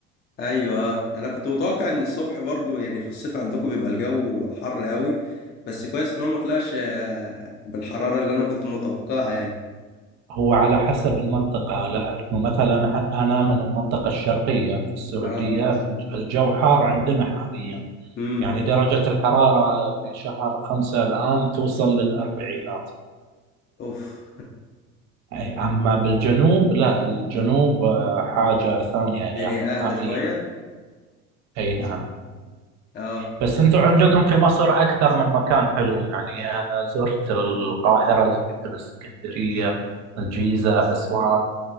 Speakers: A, on the left; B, on the right.
A: ايوه آه. انا كنت متوقع ان الصبح برضو يعني في الصيف عندكم بيبقى الجو حر قوي بس كويس ان هو ما طلعش آه، بالحراره اللي انا كنت متوقعها يعني
B: هو على حسب المنطقة لأنه مثلا ح- أنا من المنطقة الشرقية في السعودية
A: اه
B: الجو حار عندنا حاليا
A: امم
B: يعني درجة الحرارة في شهر خمسة الآن توصل للأربعينات
A: اوف
B: أي أما بالجنوب لا الجنوب آه، حاجة ثانية
A: <laughs> الدنيا
B: يعني
A: اهدى
B: نهائيا
A: شويه
B: أي نعم
A: اه
B: بس انتم عندكم في مصر اكثر من مكان حلو يعني انا زرت القاهرة زرت الاسكندرية الجيزة اسوان